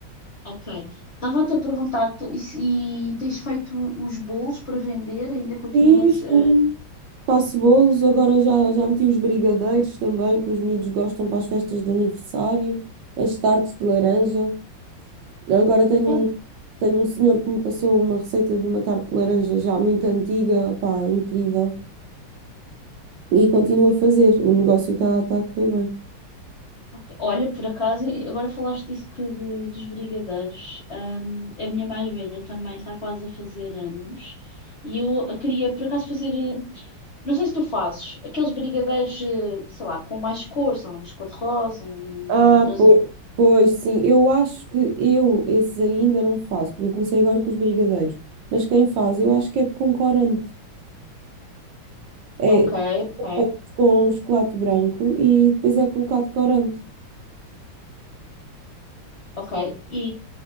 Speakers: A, on the left; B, on the right.
A: Ok. Estava até a perguntar tu- e, se- e tens feito os bolos para vender? Ainda continuas.
B: Sim, sim.
A: eh,
B: Faço bolos, agora já, já meti os brigadeiros também, que os miúdos gostam para as festas de aniversário, as tartes de laranja. Agora tenho
A: faz-
B: um, tenho um senhor que me passou uma receita de uma tarte de laranja já muito antiga, pá, incrível. E continuo a fazer, o negócio está tá tá a correr bem.
A: ok. Olha, por acaso, e agora falaste disso que de- dos brigadeiros. hum, a minha mais velha também está quase a fazer anos e eu a queria, por acaso, fazer. eh, Não sei se tu fazes aqueles brigadeiros, eh, sei lá, com mais cores, sei lá, uns cor-de-rosa, um
B: Ah,
A: azul.
B: pois, pois sim, eu acho que eu esses ainda não faço, porque eu comecei agora com os brigadeiros. Mas quem faz, eu acho que é com corante. É
A: Ok, ok.
B: são com chocolate branco e depois é colocado corante.
A: Ok, e,